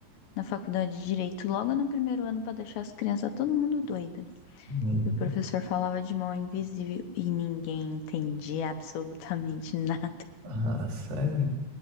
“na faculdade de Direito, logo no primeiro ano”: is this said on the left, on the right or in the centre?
Left